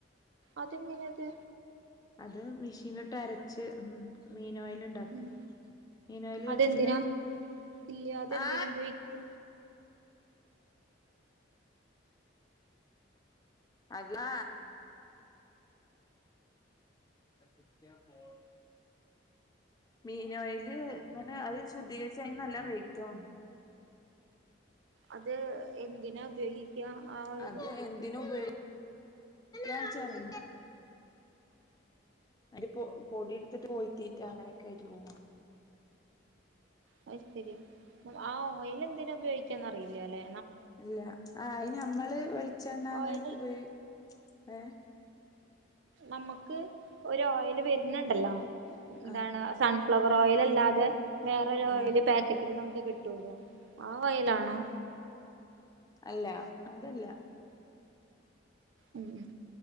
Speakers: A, on the right (about 70°); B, on the left (about 20°).
A: അതെങ്ങനാത്
B: അത് മിഷീനിലിട്ടു അരച്ച് ഉം മീനായി ണ്ടാക്കും
A: ഉം
B: മീനോയില് കേട്ടിട്ടില്ല
A: അതെന്തിനാ ഇല്ല അതെന്തിനാ
B: ആ
A: ഉപയോഗിക്കുക
B: അതാ <unintelligible> മീനോയില് അങ്ങനെ അത് ശുദ്ധീകരിച്ച് അതിനു നല്ല റേറ്റുവാണ്
A: അത് എന്തിനാ ഉപയോഗിക്കുക ആ ഓയില്
B: അതെ എന്തിനുപയോഗി എന്നുവെച്ചാലേ ഒരു പൊടി എപ്പോയും തീറ്റ അങ്ങനെ <unintelligible> കേട്ട്. പോണോ...?
A: അത് ശരി. ആ ഓയില് എന്തിനാ ഉപയോഗിക്കാന്ന് അറിയില്ല.. അല്ലെ..?
B: ഇല്ല... ങാ.. അയിന് നമ്മള് വെളിച്ചെണ്ണ..
A: ഓയിൽ
B: അങ്ങനെയൊക്കെ ഉപയോഗി.. ങേ..
A: നമുക്ക് ഒരു ഓയില് വരുന്നുണ്ടല്ലോ.. എന്താണ്...
B: ആ
A: സൺ ഫ്ലവർ ഓയിൽ അല്ലാതെ...? വേറൊരോയില്
B: ആ
A: പാക്കറ്റില് നമു കിട്ടൂല. ആ ഓയിലാണോ...?
B: അല്ല അതല്ല.
A: ഉം ഉം